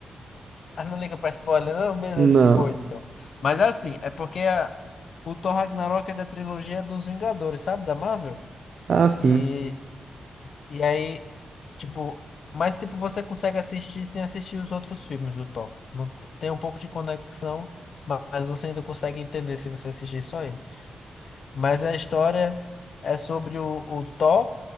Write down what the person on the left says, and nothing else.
Ah, não liga pra spoiler, não? Beleza,
de boa, então. Mas é assim, é porque a- o Thor Ragnarok é da trilogia dos Vingadores, sabe? Da Marvel.
E, e aí, tipo... Mas, tipo, você consegue assistir sem assistir os outros filmes do Thor. Não, te- tem um pouco de conexão, ma- mas você ainda consegue entender se você assistir só ele. Mas a história é sobre o, o Thor,